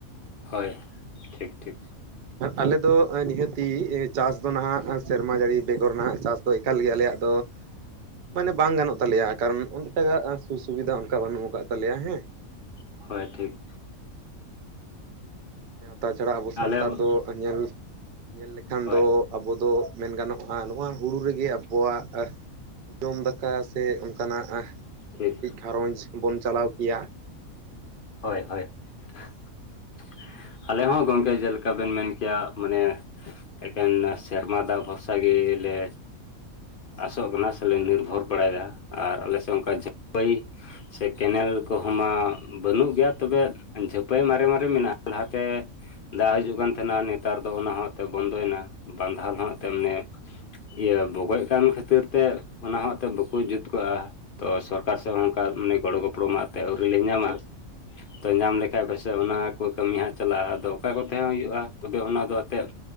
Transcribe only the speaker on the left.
ᱦᱳᱭ ᱴᱷᱤᱠ ᱴᱷᱤᱠ
ᱦᱳᱭ ᱴᱷᱤᱠ
ᱟᱞᱮ
ᱦᱚᱸ
ᱦᱳᱭ
ᱴᱷᱤᱠ
ᱦᱳᱭ ᱦᱳᱭ <inaudible> ᱟᱞᱮ ᱦᱚᱸ ᱜᱚᱝᱠᱮ ᱡᱮᱞᱮᱠᱟ ᱪᱮᱠᱟ ᱵᱮᱱ ᱢᱮᱱ ᱠᱮᱭᱟ ᱢᱟᱱᱮ ᱮᱠᱮᱱ ᱥᱮᱨᱢᱟ ᱫᱟᱜ ᱵᱷᱚᱨᱥᱟ ᱜᱤ ᱞᱮ ᱟᱥᱚᱜ ᱠᱟᱱᱟ ᱥᱮᱞᱮ ᱱᱤᱨᱵᱷᱚᱨ ᱵᱟᱲᱟᱭᱮᱫᱟ ᱟᱨ ᱟᱞᱮ ᱥᱮᱫ ᱚᱱᱠᱟ <unintelligible> ᱥᱮ ᱠᱮᱱᱮᱞ ᱠᱚᱦᱚᱸ ᱢᱟ ᱵᱟᱹᱱᱩᱜ ᱜᱮᱭᱟ ᱛᱚᱵᱮ ᱡᱷᱟᱹᱯᱟᱹᱭ ᱢᱟᱨᱮ ᱢᱟᱨᱮ ᱢᱮᱱᱟᱜᱼᱟ ᱞᱟᱦᱟᱛᱮ ᱫᱟᱜ ᱦᱤᱡᱩᱜ ᱠᱟᱱ ᱛᱟᱦᱮᱱᱟ ᱱᱮᱛᱟᱨ ᱫᱚ ᱚᱱᱟ ᱦᱚᱸ ᱮᱱᱛᱮᱫ ᱵᱚᱱᱫᱚᱭᱮᱱᱟ ᱵᱟᱸᱫᱷᱟ ᱦᱚᱸ <unintelligible> ᱤᱭᱟᱹ ᱵᱚᱜᱚᱡ ᱠᱟᱱ ᱠᱷᱟᱹᱛᱤᱨ ᱛᱮ ᱚᱱᱟᱦᱚᱸ ᱮᱱᱛᱮᱫ ᱵᱟᱠᱚ ᱡᱩᱛ ᱠᱟᱜᱼᱟ ᱛᱚ ᱥᱚᱨ ᱥᱚᱨᱠᱟᱨ ᱥᱮ ᱚᱱᱠᱟ ᱢᱟᱱᱮ ᱜᱚᱲᱚ ᱜᱚᱯᱚᱲᱚ ᱢᱟ ᱮᱱᱛᱮ ᱟᱹᱣᱨᱤ ᱞᱮ ᱧᱟᱢᱟ ᱛᱚ ᱧᱟᱢ ᱞᱮᱠᱷᱟᱡ ᱯᱟᱥᱮᱡ ᱚᱱᱟ ᱠᱚ ᱠᱟᱹᱢᱤ ᱦᱟᱸᱜ ᱪᱟᱞᱟᱜᱼᱟ ᱟᱫᱚ ᱚᱠᱟ ᱠᱚᱛᱮ ᱦᱚᱸ ᱦᱩᱭᱩᱜᱼᱟ ᱛᱚᱵᱮ ᱚᱱᱟ ᱫᱚ ᱮᱱᱛᱮᱜ